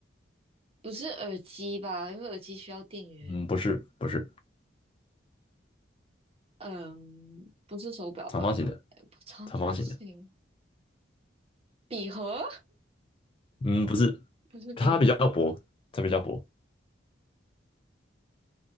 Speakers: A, on the right; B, on the left.
A: 不是耳机吧？因为耳机需要电源。
B: 嗯，不是，不是，
A: 嗯，不是手表吧？
B: 长方形的，
A: 哎不长方形，
B: 长方形的。
A: 笔盒
B: 嗯，不是，
A: 不是笔盒，
B: 它比较薄，它比较薄，